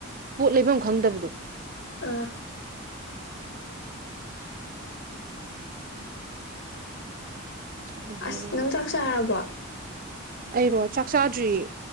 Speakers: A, on the right; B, on the left.
A: ꯄꯣꯠ ꯂꯩꯕꯝ ꯈꯪꯗꯕꯗꯣ
B: ꯑ
A: ꯁꯥꯎꯅꯤꯡꯕꯅꯕ
B: ꯑꯥꯁ ꯅꯪ ꯆꯥꯛ ꯆꯥꯔꯕꯣ
A: ꯑꯩꯔꯣ ꯆꯥꯛ ꯆꯥꯗ꯭ꯔꯤꯌꯦ